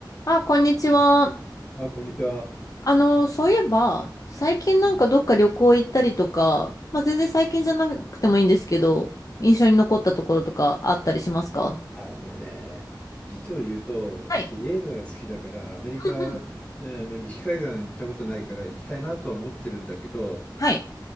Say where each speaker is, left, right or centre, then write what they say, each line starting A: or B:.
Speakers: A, on the left (about 45°); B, on the left (about 20°).
A: あ、こんにちは。
B: あ、こんにちは。
A: あの、そういえば、最近なんかどっか旅行行ったりとか、
B: うん。
A: まあ、全然最近じゃなくてもいいんですけど、印象に残ったところとかあったりしますか
B: あのね、実を言うと、私映画が好きだから、
A: はい。
B: アメリカ、
A: うんうん
B: あの西海岸行ったことないから行きたいなとは思ってるんだけど、
A: はい。